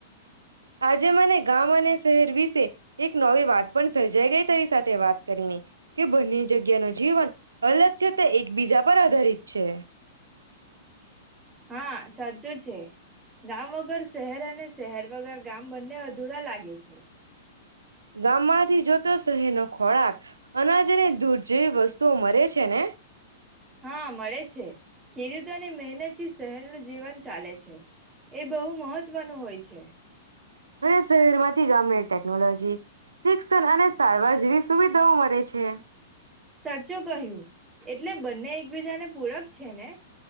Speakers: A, on the right (about 75°); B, on the right (about 15°).
A: આજે મને ગામ અને શહેર વિશે એક નવી વાત પણ સર્જાઈ ગઈ તારી સાથ તે વાત કરી કે બંને જગ્યાનું જીવન અલગ છે તે એકબીજા પર આધારિત છે.
B: હા, સાચું છે ગામ વગર શહેર અને શહેર વગર ગામ બંને અધુરા લાગે છે.
A: ગામમાંથી જોતો શહેર નો ખોરાક અનાજને દૂધ જે વસ્તુઓ મરે છે ને
B: હા મળે છે, ખેડૂતોને મહેનતથી શહેરનું જીવન ચાલે છે એ બહુ મહત્વનું હોય છે.
A: અને શહેરમાંથી ગામને ટેકનોલોજી, શિક્ષણ અને સારવાર જેવી સુવિધાઓ મળે છે. હે.
B: સાચુ કહ્યું એટલે બંને એકબીજાને પૂરક છે ને!